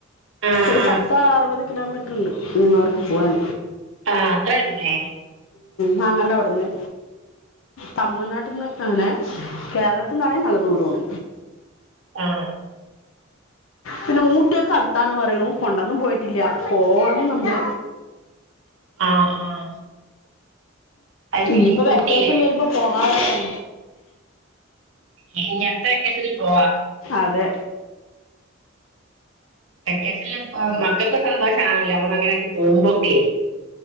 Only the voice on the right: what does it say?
ആ
ആ
ആ അത്രെയെള്ളുലേ
ആ
ആ ആ അത് ശരി
ഊട്ടിയില്ലേ
ഇനി അട്ത്ത വെക്കേഷന്‌ല് ഓഹ
വെക്കേഷനിൽ മക്കൾക്ക് സന്തോഷാണല്ലോ അങ്ങനെയൊക്കെ പോകുമ്പോക്കെ